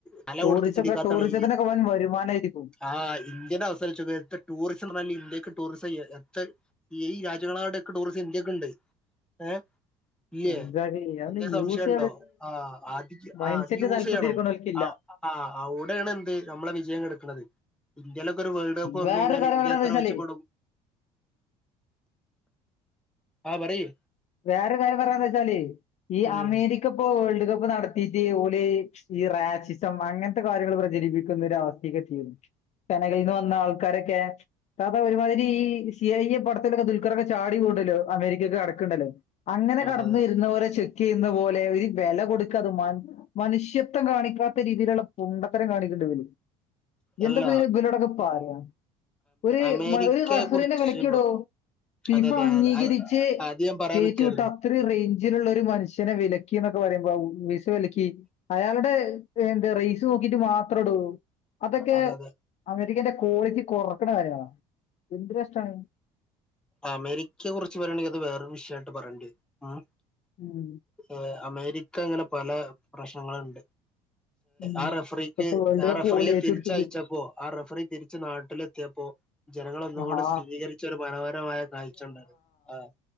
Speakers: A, in the centre; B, on the left (about 45°).
A: തല
B: ടൂറിസം
A: കൊടുത്ത് ചിന്തിക്കാത്താണ്
B: ഒക്കെ ടൂറിസത്തിനൊക്കെ
A: ഈ
B: വൻ വരുമാനമായിരിക്കും
A: ആ ഇന്ത്യൻ അവസാനിച്ചത് ടൂറിസം ഇന്ത്യക്ക് ടൂറിസം ഇ ഈ രാജ്യങ്ങളാടെക്കെ ടൂറിസം ഇന്ത്യക്ക് ഉണ്ട് ഏ ഇല്ലേ
B: അന്തായി ഇല്ല
A: എന്തേ
B: അത്
A: സംശയം
B: യൂസ്
A: ഉണ്ടോ ആ അ
B: മൈൻഡ്
A: ആ് അത്
B: സെറ്റ്
A: യൂസ്
B: താല്പര്യത്തിരിക്കണോൽക്കില്ല
A: ചെയ്യണം ആ അവിടെയാണ് എന്ത് നമ്മളെ വിജയം കെടക്കണത് ഇന്ത്യയിലൊക്കെ ഒരു വേൾഡ് കപ്പ് വന്നു
B: വേറൊരു
A: കഴിഞ്ഞാൽ
B: കാര്യം
A: ഇന്ത്യ
B: പറയണന്ന്
A: എത്ര
B: വെച്ചാല്
A: മെച്ചപ്പെടും ആഹ പറയ്
B: വേറൊരു കാര്യം പറയാ വെച്ചാല് ഈ
A: ഉം
B: അമേരിക്ക ഇപ്പോ വേർഡ് കപ്പ് നടത്തിട്ട് ഓല് ഈ റാസിസം അങ്ങനത്തെ കാര്യങ്ങൾ പ്രചരിപ്പിക്കുന്ന അവസ്ഥക്കെ തീരുന്നു സനകയിൽ നിന്ന് വന്ന ആൾക്കാരൊക്കെ അ ഒരുമാതിരി ഈ സി ഐ പടത്തിലൊക്കെ ദുൽഖറക്കെ ചാടി കൂടുല്ലോ അമേരിക്കൊ ണ്ടല്ലോ അങ്ങനെ
A: അതെ
B: കടന്ന
A: അതെ
B: വരുന്ന പോല ചു ക്കുന്ന പോലെ ഒരു വില കൊടുക്കാത മ മനുഷ്യത്വം കാണിക്കാത്ത രീതിയിലുള്ള പൊണ്ടത്തരം കാണിക്കേണ്ടി വരും എന്താപ്പ
A: അല്ല
B: ബിലോടൊക്കെ പറയാ ഒരു
A: അമേരിക്കയെ
B: ഒരു റഫറിനെ
A: കുറിച്ച്
B: കളിക്കടോ ഫിഫ
A: അതെ അതെ
B: അംഗീകരിച്ച്
A: അത് ഞാൻ പറയാൻ
B: കേച്ചി
A: നിക്കായിരുന്നു
B: വിട്ട അത്രയും റേഞ്ച് ള്ള ഒരു മനുഷ്യനെ വിലക്കി എന്നൊക്കെ പറയുമ്പോ വിസ വിലക്കി അയാളുടെ എന്ത റൈസ് നോക്കിട്ട് മാത്രം എടോ അതൊക്കെ
A: അതെ അതെ
B: അമേരിക്കന്റെ ക്വാളിറ്റി കൊറക്കണ കാര്യണ എന്തൊരുരാഷ്ടാണ്
A: അമേരിക്കയെ കുറിച്ച് പറയണെങ്ക അത് വേറെരു വിഷയയിട്ട് പറയേണ്ടി വരും ഉം
B: ഉം
A: ഏഹ് അമേരി - ഒക്കെ ഇങ്ങനെ പല പ്രശ്നങ്ങളുണ്ട്
B: ഉം
A: ആ റഫറിക്ക്
B: ഇപ്പത്തെ വേൾഡ്
A: ആ
B: കപ്പ്
A: റഫറിയെ
B: ഓല് ഏറ്റെടുത്തത്
A: തിരിച്ചയച്ചപ്പോ ആ റഫറി തിരിച്ച് നാട്ടിലെത്തിയപ്പോ ജനങ്ങൾ ഒന്നുകൂടി
B: ഹാ
A: സ്ഥിരികരിച്ച ഒരു മനോര കാഴ്ച ഉണ്ടത് ആ